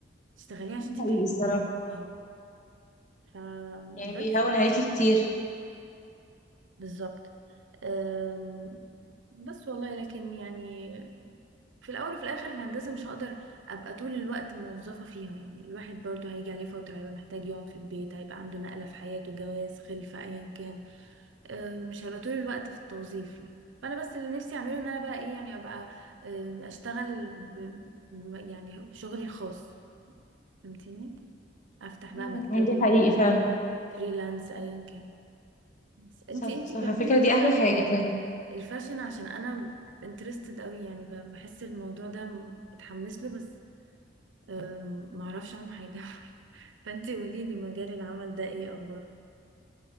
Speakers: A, on the right (about 85°); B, on the left (about 40°).
A: تشتغليها عشان
B: ده
A: أنت
B: حقيقي
A: تحبيها
B: الصراحة
A: اه فبس
B: يعني بيهون عليكي كتير
A: بالظبط أم، بس والله لكن يعني في الأول وفي الآخر الهندسة مش هقدر أبقى طول الوقت موظفة فيها يعني الواحد برضو هيجي عليه فترة هيبقى محتاج يقعد في البيت هيبقى عنده نقلة في حياته جواز خلفة أيا كان آه، مش هبقى طول الوقت في التوظيف فانا بس اللي نفسي اعمله ان انا بقى ايه يعني ابقى آه، اشتغل ب- ب- يعني شغلي الخاص فهمتيني افتح بقى
B: مم،
A: مكتبي
B: ده حقيقي فعلا
A: فريلانس ايا كان بس انتي
B: صح
A: انتي
B: صح
A: كلميني
B: على فكرة دي
A: بس
B: أحلى
A: عن
B: حاجة فعلا
A: الفاشن عشان انا انترستد قوي يعني ب- بحس الموضوع ده م- بتحمس له بس آم، معرفش عنه حاجة <laughs> فانتي قوليلي مجال العمل ده ايه اخباره